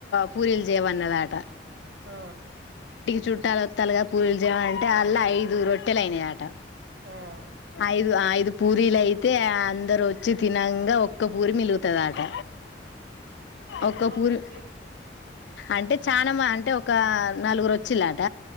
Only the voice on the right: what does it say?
ఆ
ఆ!
పెద్దమ్మ
మీరొచ్చి